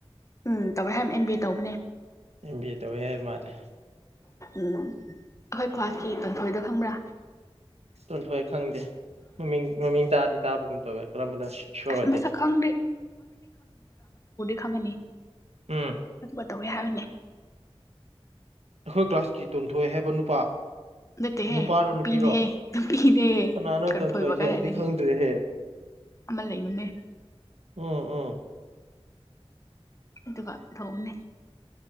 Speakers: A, on the left; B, on the right.
A: ꯎꯝ ꯇꯧꯔꯦ ꯍꯥꯏꯃꯦ ꯑꯦꯝ ꯕꯤ ꯑꯦ ꯇꯧꯕꯅꯦ
B: ꯑꯦꯝ ꯕꯤ ꯑꯦ ꯇꯧꯋꯦ ꯌꯥꯏ ꯃꯥꯜꯂꯦ
A: ꯎꯝ ꯑꯩꯍꯣꯏ ꯐꯔꯁꯠꯀꯤ ꯇꯥꯟꯊꯣꯏꯗꯣ ꯈꯪꯕ꯭ꯔꯥ
B: ꯇꯣꯟꯊꯣꯏ ꯈꯪꯗꯦ ꯃꯃꯤꯡ ꯃꯃꯤꯡ ꯇꯥꯔꯗꯤ ꯇꯥꯕꯒꯨꯝ ꯇꯧꯋꯦ ꯀꯔꯝꯕꯅꯣ ꯁꯤꯌꯣꯔ
A: ꯑꯁ
B: ꯑꯣꯏꯗꯦ
A: ꯃꯁꯛ ꯈꯪꯗꯦ ꯈꯪꯒꯅꯤ
B: ꯎꯝ
A: ꯑꯗꯨꯒ ꯇꯧꯋꯦ ꯍꯥꯏꯕꯅꯦ
B: ꯅꯈꯣꯏ ꯀ꯭ꯂꯥꯁꯀꯤ ꯇꯣꯟꯊꯣꯏ ꯍꯥꯏꯕ ꯅꯨꯄꯥ
A: ꯅꯠꯇꯦꯍꯦ
B: ꯅꯨꯄꯥꯔꯣ
A: ꯅꯨꯄꯤꯅꯦꯍꯦ
B: ꯅꯨꯄꯤꯔꯣ
A: ꯅꯨꯄꯤꯅꯦꯍꯦ
B: ꯀꯅꯥꯅꯣ
A: ꯀꯩꯅꯣ
B: ꯇꯣꯟꯊꯣꯏꯁꯦ
A: ꯇꯣꯟꯊꯣꯏ ꯀꯗꯥꯥꯏꯗꯒꯤ
B: ꯑꯩꯗꯤ ꯈꯪꯗ꯭ꯔꯦꯍꯦ
A: ꯑꯃ ꯂꯩꯕꯅꯦ
B: ꯎꯝ ꯎꯝ
A: ꯑꯗꯨꯒ ꯇꯧꯕꯅꯦ